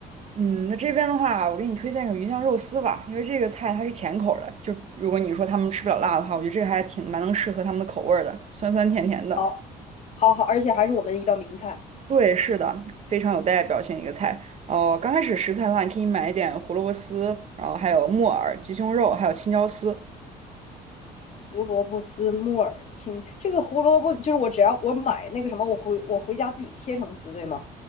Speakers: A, on the right; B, on the left.
A: 嗯，那这边的话，我给你推荐个鱼香肉丝吧，因为这个菜它是甜口儿的，就如果你说他们吃不了辣的话，我觉得这个还挺蛮能适合他们的口味儿的，酸酸甜甜的。
B: 好，好，好，而且还是我们的一道名菜——
A: 对，是的，非常有代表性一个菜。然后刚开始食材的话，你可以买一点胡萝卜丝，然后还有木耳、鸡胸肉，还有青椒丝。
B: 胡萝卜丝木耳青。这个胡萝卜就是我只要我买那个什么，我回我回家自己切成丝，对吗？